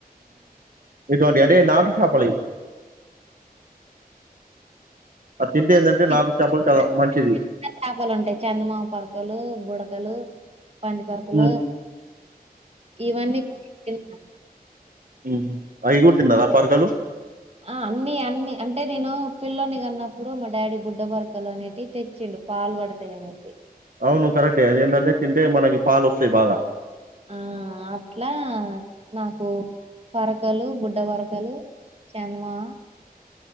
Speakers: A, on the right; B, on the right.
A: ఇటువంటివి అంటే నాటు చేపలయి <inaudible> ఆ తింటే ఏందంటే
B: చి
A: నాటు
B: చిన్న
A: చేపలు చాలా మంచిది
B: చేపలు ఉంటాయి చందమామ పరకలు బుడతలు పంది పరకలు
A: హ్మ్
B: ఇవన్నీ <inaudible>
A: మ్ హు అయి తిన్నారా పరకలు
B: ఆ అన్ని అన్ని అంటే నేను పిల్లోన్ని గ చిన్నప్పుడు మా డాడీ బుడ్డ బర్కలు అనేటివయి తెచ్చిండు పాలు పడతాయి అనేసి
A: అవును కరెక్టే అదేందంటే తింటే మనకి పాలు వస్తాయి బాగా
B: ఆ అట్లా నాకు పరకలు బుడ్డ పరకలు చందమా